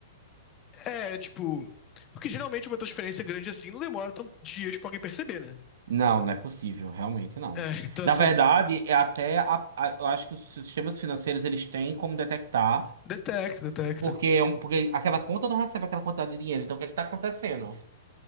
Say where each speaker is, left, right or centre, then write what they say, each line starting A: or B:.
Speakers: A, on the left; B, on the right.
A: É, tipo. Porque geralmente uma transferência grande assim não demora tantos dias pra alguém perceber, né?
B: Não, não é possível, realmente não.
A: É, <laughs> então
B: Na
A: assim.
B: verdade, é até, a- a- eu acho que os sistemas financeiros, eles têm como detectar,
A: Detecta, detecta.
B: porque, é um- porque aquela conta não recebe aquela quantidade de dinheiro, então o que é que tá acontecendo,